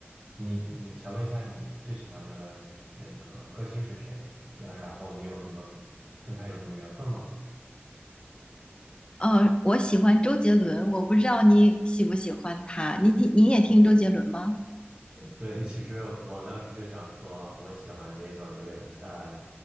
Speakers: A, on the right; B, on the left.
A: 你你想问一下你最喜欢的那个歌星是谁？那然后你有什么跟他有什么缘分吗？
B: 嗯，我喜欢周杰伦，我不知道你喜不喜欢他，你你你也听周杰伦吗？
A: 对，其实我当时就想说，我喜欢也喜欢周杰伦，呃